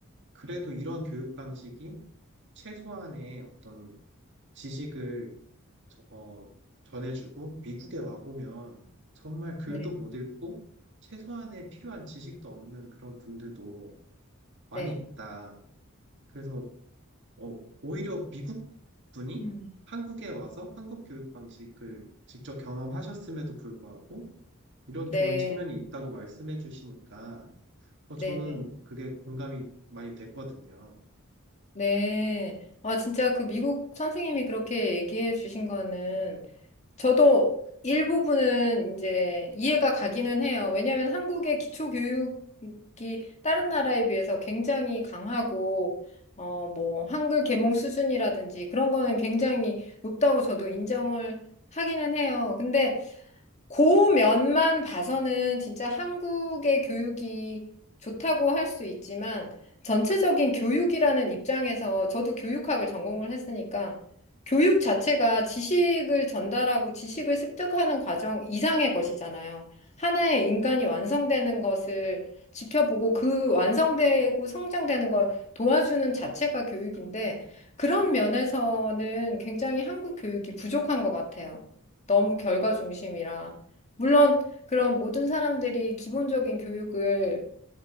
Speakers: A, on the right; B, on the left.
A: 그래도 이런 교육 방식이 최소한의 어떤 지식을 저- 어, 전해주고 미국에 와보면 정말 글도
B: 네. 네.
A: 못 읽고 최소한의 필요한 지식도 없는 그런 분들도 많이
B: 네.
A: 있다. 그래서 어, 오히려 미국 분이
B: 음.
A: 한국에 와서 한국 교육 방식을 직접 경험하셨음에도 불구하고 이런
B: 네,
A: 좋은 측면이 있다고 말씀해 주시니까 어,
B: 네,
A: 저는
B: 네.
A: 그게 공감이 많이 됐거든요.
B: 네. 아, 진짜 그 미국 선생님이 그렇게 얘기해 주신 거는 저도 일부분은 이제 이해가 가기는 해요. 왜냐하면 한국의 기초 교육이 다른 나라에 비해서 굉장히 강하고 어, 뭐 한글 계몽 수준이라든지 그런 거는 굉장히 높다고 저도 인정을 하기는 해요. 근데 그 면만 봐서는 진짜 한국의 교육이 좋다고 할 수 있지만 전체적인 교육이라는 입장에서 저도 교육학을 전공을 했으니까 교육 자체가 지식을 전달하고 지식을 습득하는 과정 이상의 것이잖아요. 하나의 인간이 완성되는 것을 지켜보고 그 완성되고 성장되는 걸 도와주는 자체가 교육인데 그런 면에서는 굉장히 한국 교육이 부족한 것 같아요. 너무 결과 중심이라. 물론 그런 모든 사람들이 기본적인 교육을